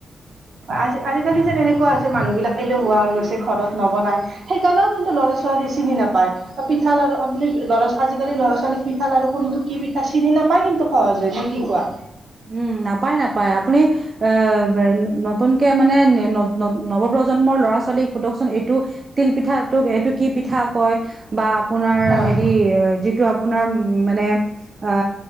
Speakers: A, on the right; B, on the right.
A: আজি আজিকালি যে, এনে কোৱা হৈছে মানুহ বিলাক এলেহুৱা হৈ গৈছে। ঘৰত নবনাই সেইকাৰণেও কিন্তু ল'ৰা-ছোৱালীয়ে চিনি নাপায়। পিঠাল আৰু আপুনি আজিকালি ল'ৰা-ছোৱালী পিঠাল আৰু কোন টো কি পিঠা চিনি নাপায় কিন্তু সহজ হয় নে কি কোৱা?
B: উম, নাপায় নাপায় আপুনি আহ নতুনকে মানে নৱপ্ৰজন্মৰ ল'ৰা-ছোৱালীক সোধকচোন এইটো তিল পিঠা এইটো কি <unintelligible> পিঠা কয়? বা আপোনাৰ
A: হয়
B: হেৰি যিটো আপোনাৰ মানে অ,